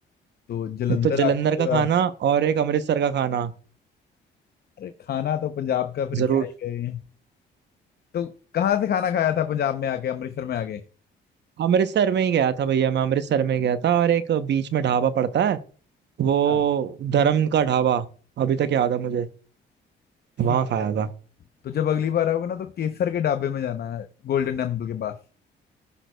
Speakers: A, on the left; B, on the right.
A: तो जलंधर
B: तो जलंधर
A: आ सकते
B: का
A: हो
B: खाना
A: आप
B: और एक अमृतसर का खाना
A: अरे खाना तो पंजाब का फिर
B: जरूर
A: क्या ही गए तो कहाँ से खाना खाया था पंजाब में आके अमृतसर में आके
B: अमृतसर में ही गया था भैया मैं अमृतसर में गया था और एक बीच में ढाबा पड़ता है वो
A: अच्छा
B: धर्म का ढाबा अभी तक याद है मुझे
A: ठीक
B: वहां खाया था
A: तो जब अगली बार आओगे ना तो केसर के ढाबे में जाना है गोल्डन टेम्पल के पास